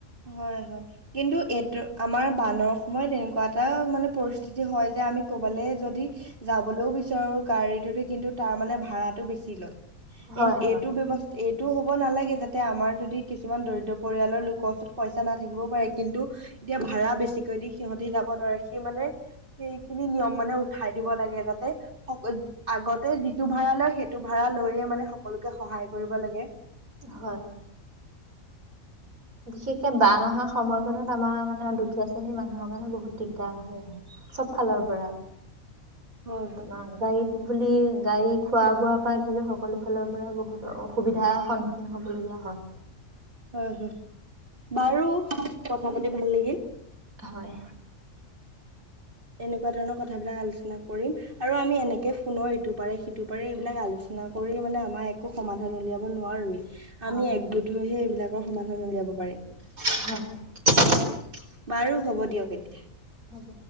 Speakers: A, on the right; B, on the right.
A: হয় -হয়, কিন্তু, এইটো আমাৰ বানৰ সময় এনেকুৱা এটা এটা মানে পৰিস্থিতি হয় যে আমি ক'বালে যদি যাবলৈও বিচাৰোঁ গাড়ীটোতে, কিন্তু তাৰ তাৰমানে ভাড়াতটো বেছি লয়।
B: হয়
A: এন, এইটো
B: হয়
A: ব্যৱস্থা, এইটো হ'ব নালাগে যাতে আমাৰ যদি কিছুমান দৰিদ্ৰ পৰিয়ালৰ লোকৰ ওচৰত পইচা নাথাকিবও পাৰে কিন্তু এতিয়া ভাড়া বেছিকৈ দি সিহঁতি যাব নোৱাৰে সি মানে সেইখিনি নিয়ম মানে উঠাই দিব লাগে, যাতে সকল, আগতে যিটো ভাড়া লয় সেইটো ভাড়া লৈয়ে মানে সকলোকে সহায় কৰিব লাগে।
B: হয়। বিশেষকে বান অহা সময়কনত আমাৰ মানে দুখীয়া শ্ৰেণীৰ মানুহৰ কাৰণে বহুত দিগদাৰ হয়, চব ফালৰ পৰাই
A: হয় হয়
B: তোমাৰ গাড়ীত বুলি, গাড়ী খোৱা- বোৱাৰ পৰা ধৰি লও সকলো ফালৰ পৰা বহুত অসুবিধাৰ সন্মুখীন হ'বলগীয়া হয়।
A: হয়- হয়, বাৰু কথা পাতি ভাল লাগিল
B: হয়।
A: এনেকুৱা ধৰণৰ কথাবিলাক আলোচনা কৰিম, আৰু আমি এনেকে ফোনৰ ইটো পাৰে সিটো পাৰে এইবিলাক আলোচনা না কৰি মানে, আমাৰ একো সমাধান উলিয়াব নোৱাৰোৱেই। আমি
B: হয়
A: একগোট হৈ হে এইবিলাকৰ সমাধান উলিয়াব পাৰিম।
B: হয়।
A: বাৰু, হ'ব দিয়ক এতিয়া।
B: হ'ব।